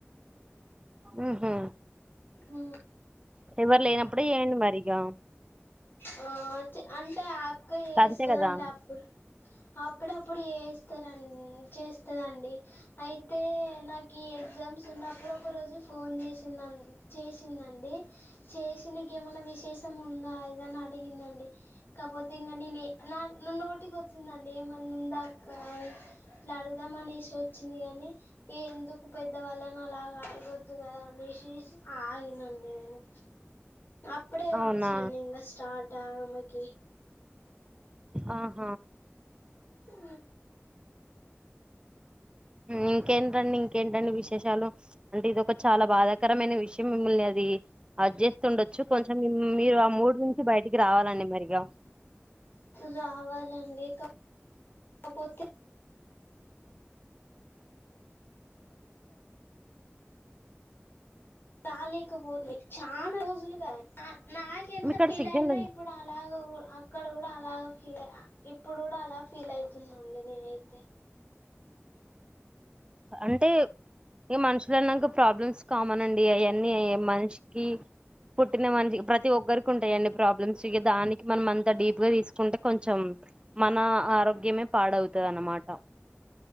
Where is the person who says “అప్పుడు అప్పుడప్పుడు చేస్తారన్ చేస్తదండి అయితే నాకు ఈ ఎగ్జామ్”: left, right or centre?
Left